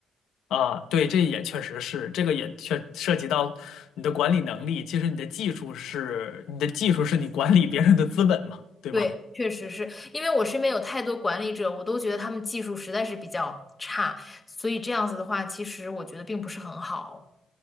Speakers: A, on the left; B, on the left.
A: 啊，对，这也确实是，这个也确涉及到你的管理能力。其实你的技术是你的技术是你管理别人的资本嘛，对吧？
B: 对，确实是因为我身边有太多管理者，我都觉得他们技术实在是比较差，所以这样子的话，其实我觉得并不是很好。